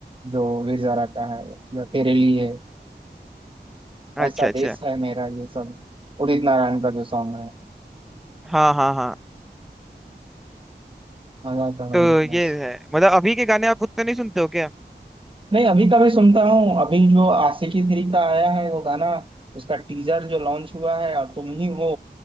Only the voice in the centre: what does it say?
अच्छा
अच्छा
हाँ हाँ हाँ
तो ये
है मतलब अभी के गाने आप उतने नहीं सुनते हो क्या